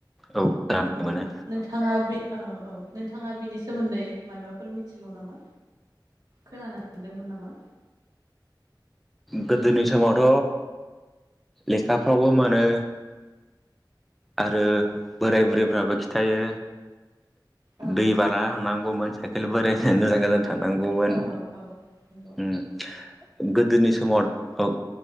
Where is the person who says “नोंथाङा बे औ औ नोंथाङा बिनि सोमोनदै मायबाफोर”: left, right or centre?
Right